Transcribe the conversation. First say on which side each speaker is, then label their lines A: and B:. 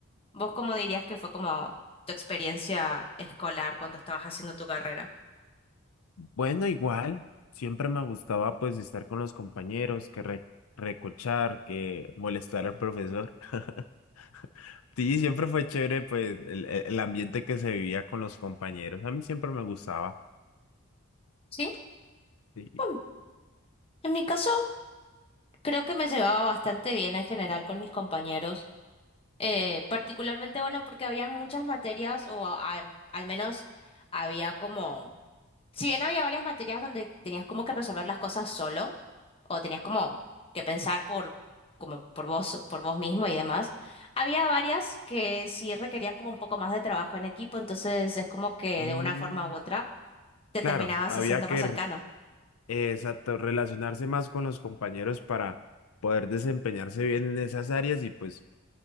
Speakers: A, on the left; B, on the left.
A: ¿vos cómo dirías que fue como tu experiencia escolar cuando estabas haciendo tu carrera?
B: Bueno, igual, siempre me gustaba pues estar con los compañeros, que re- recochar, que molestar al profesor. <laughs> Sí, siempre fue chévere pues el, el- el ambiente que se vivía con los compañeros. A mí siempre me gustaba.
A: Sí,
B: Sí.
A: bueno, en mi caso creo que me llevaba bastante bien en general con mis compañeros. Eh, particularmente bueno porque había muchas materias, o a- al, al menos había como, si bien había varias materias donde tenías como que resolver las cosas solo, o tenías como que pensar por, como por vos, por vos mismo y demás, había varias que sí requerían como un poco más de trabajo en equipo, entonces es como que
B: Mm,
A: de una forma u otra te
B: Claro,
A: terminabas
B: había
A: haciendo
B: que
A: más cercano.
B: r- eh, exacto, relacionarse más con los compañeros para poder desempeñarse bien en esas áreas y pues